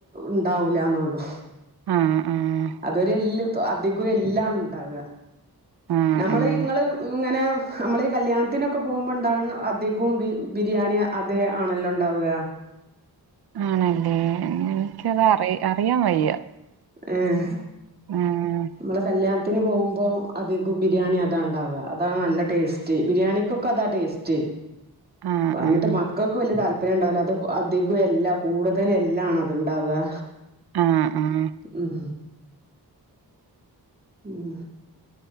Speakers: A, on the right; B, on the right.
A: ഉണ്ടാവൂല്ല എന്നുള്ളൂ
B: ആഹ് ആഹ്
A: അതൊരുല്ല് അധികവും എല്ലാണ് ഉണ്ടാവുക
B: ആഹ്
A: നമ്മള്
B: ആഹ്
A: ഇങ്ങള് ഇങ്ങനെ നമ്മള് ഈ കല്യാണത്തിനൊക്കെ പോകുമ്പോണ്ടാണ് അധികവും ബിരിയാണി അത് ആണല്ലോ ഉണ്ടാവുക
B: ആണല്ലേ എനിക്കത് അറി അറിയാൻ വയ്യ
A: ആഹ്
B: ഉം
A: അമ്മള് കല്യാണ ത്തിന് പോകുമ്പോൾ അധികം ബിരിയാണി അതാ ഉണ്ടാവുക അതാണ് നല്ല ടേസ്റ്റ് ബിരിയാണിക്കൊക്കെ അതാ ടേസ്റ്റ്
B: ആഹ്
A: പറഞ്ഞിട്ട്
B: ആഹ്
A: മക്കൾക്ക് വലിയ താ ത്പര്യം ഉണ്ടാവില്ല അത് അധികം എല്ല കൂടുതലും എല്ലാണ് അത്ണ്ടാവുക
B: ആഹ് ആഹ്
A: ഉം ഉം